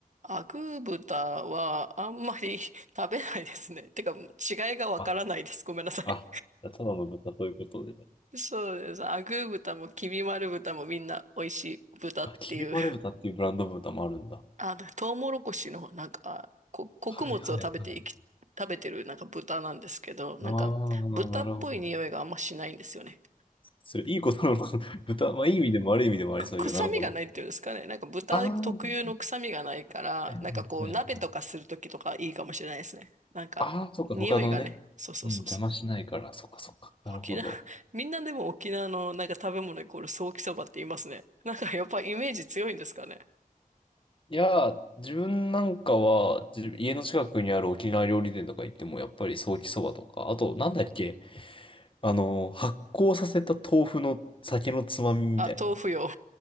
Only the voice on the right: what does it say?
アグー豚はあんまり食べないですね。てか、違いがわからないです。
ごめんなさい。
そうです。アグー豚もきび丸豚もみんな美味しい豚っていう。
あの、トウモロコシのなんか、こ、穀物を食べていき、
食べてるなんか豚なんですけど、なんか豚っぽい匂いがあんましないんですよね。
く、臭みがないっていうんですかね。
なんか豚特有の臭みがないから、
なんかこう鍋とかするときとかいいかもしれないですね。なんか匂いがね、
そうそうそうそう。
沖縄、<laughs> みんなでも沖縄のなんか食べ物イコールソーキそばって言いますね。なんかやっぱイメージ強いんですかね。
あ、豆腐よ。